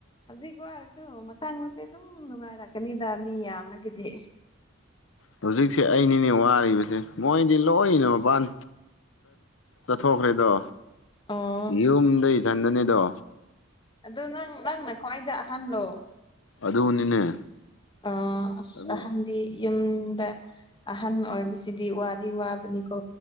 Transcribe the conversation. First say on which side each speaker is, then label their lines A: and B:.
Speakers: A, on the left (about 25°); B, on the left (about 70°).
A: ꯍꯧꯖꯤꯛ ꯑꯣꯏꯔꯁꯨ ꯃꯊꯪꯗꯗꯤ ꯑꯗꯨꯝ ꯅꯨꯡꯉꯥꯏꯔꯛꯀꯅꯤꯗ ꯃꯤ ꯌꯥꯝꯅꯒꯤꯗꯤ
B: ꯍꯧꯖꯤꯛꯁꯦ ꯑꯩꯅꯤꯅꯦ ꯋꯥꯔꯤꯕꯁꯦ ꯃꯣꯏꯗꯤ ꯂꯣꯏꯅ ꯃꯄꯥꯟ ꯆꯠꯊꯣꯛꯈ꯭ꯔꯦꯗꯣ
A: ꯑꯣ
B: ꯌꯨꯝꯗ ꯏꯊꯟꯗꯅꯦꯗꯣ
A: ꯑꯗꯨ ꯅꯪ ꯅꯪꯅ ꯈ꯭ꯋꯥꯏꯗ ꯑꯍꯜꯂꯣ
B: ꯑꯗꯨꯅꯤꯅꯦ
A: ꯑ
B: ꯑꯗꯨ
A: ꯑꯍꯟꯗꯤ ꯌꯨꯝꯗ ꯑꯍꯟ ꯑꯣꯏꯕꯁꯤꯗꯤ ꯋꯥꯗꯤ ꯋꯥꯕꯅꯤꯀꯣ